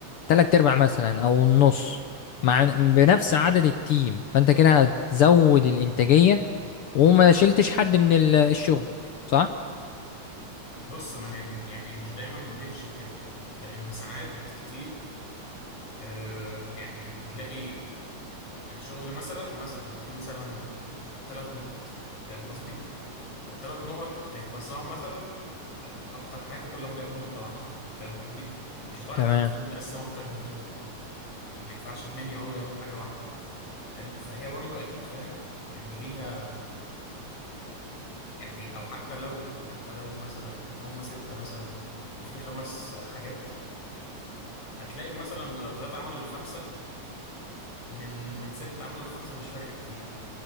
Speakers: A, on the left; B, on the left.
A: تلات ارباع مثلا او النص مع بنفس عدد التيم فانت كده هتزود الانتاجية وما شلتش حد من ال- الشغل صح؟
B: بص ما هي يعني مش دايما بتمشي كده لأن ساعات كتير آه يعني هتلاقي الشغل مثلا مثلا في مثلا ثلاث نقط فاهم قصدي؟ فالثلاث نقط هيتوزعوا مثلا آه أكتر حاجة كل واحد هياخد نقطة واحدة فاهم قصدي؟ مش هتعرف
A: تمام
B: مثلا تقسم أكتر من كده يعني ما ينفعش اتنين يقعدوا يعملوا حاجة واحدة فاهم؟ فهي برضو أكيد فاهم يعني ليها يعني أو حتى لو حتى لو مثلا هم ستة مثلا وفي خمس حاجات هتلاقي مثلا لو ثلاثة عملوا الخمسة من من ست عملوا لخمسة مش فارقة كتير